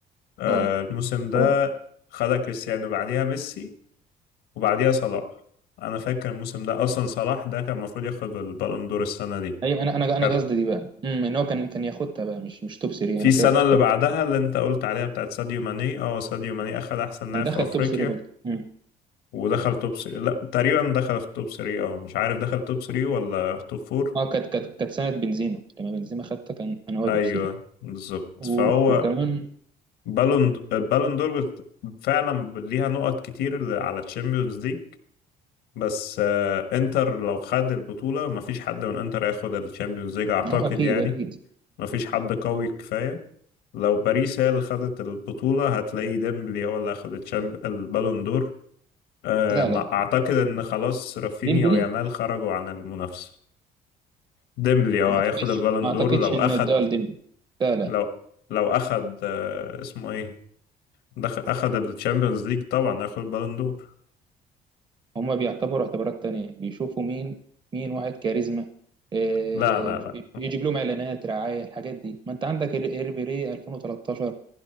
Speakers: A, on the left; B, on the right.
A: آه
B: أه
A: الموسم ده
B: هو
A: خدها كريستيانو بعديها ميسي وبعديها صلاح انا فاكر الموسم ده اصلا صلاح ده كان المفروض ياخد البالون دور السنه دي
B: أيوة أنا أنا أنا
A: كان
B: قصدي دي بقى امم إن هو كان كان ياخدها بقى مش مش توب 3
A: في
B: أنا
A: السنه
B: كده افتكرت
A: اللي بعدها اللي انت قلت عليها بتاعت ساديو ماني اه ساديو ماني اخد احسن لاعب
B: كان دخل
A: في افريقيا
B: توب 3 برضه امم
A: ودخل توب 3 لا تقريبا دخل في توب 3 اه مش عارف دخل توب 3 ولا توب 4
B: أه كانت كانت كانت سنة بنزيما لما بنزيما خدتها كان أنا هو
A: ايوه
B: توب 3
A: بالظبط
B: و-
A: فهو
B: وكمان
A: بالون بالون دور بت- فعلا ليها نقط كتير على تشامبيونز ليج بس آه، انتر لو خد البطولة مفيش حد من انتر هياخد التشامبيونز ليج اعتقد
B: أه أكيد
A: يعني
B: أكيد
A: مفيش حد قوي كفاية لو باريس هي اللي خدت البطولة هتلاقي ديمبلي هو اللي اخد التشامب- البالون دور آه،
B: لا
A: ما-
B: لا
A: اعتقد ان خلاص رافينيا
B: ديمبلي
A: ويامال خرجوا عن المنافسة ديمبلي هو
B: ما اعتقدش
A: هياخد البالون
B: ما اعتقدش
A: دور لو
B: ان
A: اخد
B: الدول ديمبلي لا لا
A: لو لو اخد آه، اسمه ايه دخ... اخذ الشامبيونز ليج طبعا اخذ البالون دور
B: هما بيعتبروا اعتبارات تانية بيشوفوا مين مين واحد كاريزما آه،
A: لا لا لا
B: يجيب لهم اعلانات رعاية الحاجات دي ما انت عندك ال- الريبيري 2013